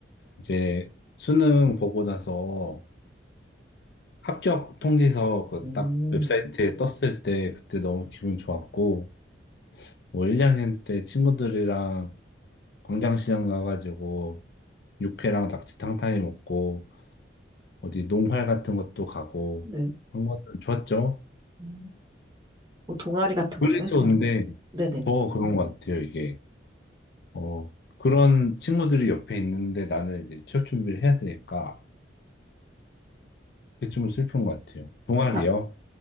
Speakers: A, on the left (about 55°); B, on the right (about 20°).
A: 이제 수능 보고 나서 합격 통지서 그
B: 음,
A: 딱 웹사이트에 떴을 때 그때 너무 기분 좋았고 뭐 1학년 때 친구들이랑 광장시장 가가지고 육회랑 낙지탕탕이 먹고 어디 농활 같은 것도 가고
B: 네.
A: 한거은 좋았죠.
B: 음. 뭐 동아리 같은
A: 그래서
B: 것도 했어요.
A: 근데
B: 네네.
A: 더 그런 것 같아요. 이게 어 그런 친구들이 옆에 있는데 나는 이제 취업 준비를 해야 되니까 그게 좀 슬픈 것 같아요. 동아리요?
B: 다,